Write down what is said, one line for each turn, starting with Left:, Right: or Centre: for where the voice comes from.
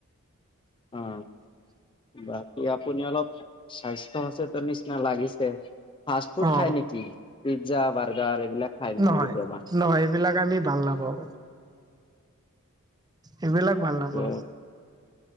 Right: <unintelligible>
Left: অ বাকী আপুনি অলপ স্বাস্থ্য আছে তো নিচিনা লাগিছে ফাষ্ট ফুড
Right: অ
Left: খাই নিকি পিজ্জা বাৰ্গাৰ এইবিলাক খায় নেকি
Right: নহয়
Left: কেতিয়াবা
Right: নহয় এইবিলাক আমি ভাল নাপাওঁ এইবিলাক ভাল
Left: ঠিকে
Right: নাপাওঁ